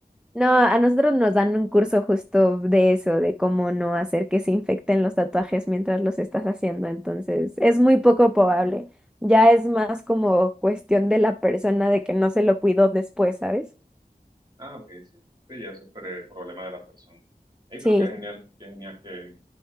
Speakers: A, in the centre; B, on the right.
A: No, a nosotros nos dan un curso justo de eso, de cómo no hacer que se infecten los tatuajes mientras los estás haciendo. Entonces, es muy poco probable. Ya es más como cuestión de la persona de que no se lo cuidó después, ¿sabes?
B: Ah, ok, sí. Sí, ya eso es pre- problema de la persona. Ey,
A: Sí,
B: pero qué genial, qué genial que,